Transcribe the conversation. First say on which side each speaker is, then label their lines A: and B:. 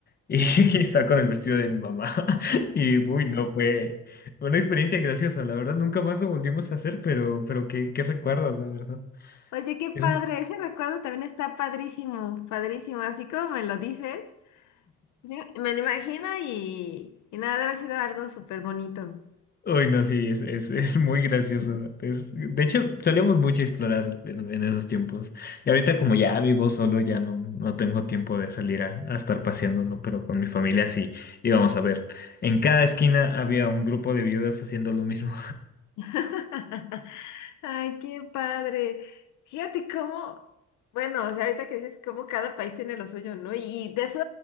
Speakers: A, on the left (about 30°); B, on the left (about 75°).
A: y, <laughs> y estaba con el vestido de mi mamá. <laughs> Y uy, no, fue fue una experiencia graciosa, la verdad, nunca más lo volvimos a hacer, pero, pero qué, qué recuerdos, la verdad.
B: Oye, qué padre.
A: Es un-
B: Ese recuerdo también está padrísimo, padrísimo. Así como me lo dices, sí, me lo imagino y, y nada, debe haber sido algo súper bonito.
A: Uy, no, sí, es, es, es muy gracioso.
B: Ujú.
A: Es- de hecho, solíamos mucho explorar en, en esos tiempos. Y ahorita como ya vivo solo, ya no, no tengo tiempo de salir a, a estar paseando, ¿no? Pero con mi familia sí íbamos a ver. En cada esquina había un grupo de viudas haciendo lo mismo.
B: <laughs> Ay, qué padre. Fíjate cómo, bueno, o sea, ahorita que dices cómo cada país tiene lo suyo, ¿no? Y de eso